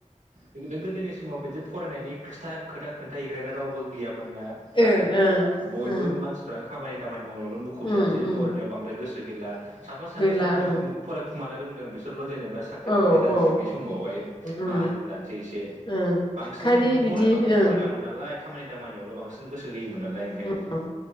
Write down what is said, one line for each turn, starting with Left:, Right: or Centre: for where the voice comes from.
Right: बेनिफ्राय गोदोनि समाव बिदि फरायनायनि खोथा खोथा खोन्था हैग्रायानो रावबो गैयामोन ना आरो
Left: ओं ओं
Right: बयबो
Left: ओं
Right: मानसिफ्रानो खामानि दामानि मावनायावल' मुखुब
Left: उम
Right: जानोसै
Left: उम
Right: नायाव बांद्राय गोसो होला साफा सानै
Left: गैला
Right: सोर
Left: ओं
Right: फरायखुमानो रोंदों बिसोरल' जेनेबा साख्रि
Left: औ
Right: मोननाय जानोसै
Left: औ ओं
Right: बै समावहाय
Left: उम
Right: माहाजोन जानोसै एसे
Left: ओं
Right: बांसिनानो
Left: खालि
Right: खिन्थु फराय
Left: बिदि
Right: बांद्राय
Left: ओं
Right: फरायलामोन नालाय खामानि दामानियावल' बांसिन गोसो होयोमोन नालाय ओंखायनो
Left: उम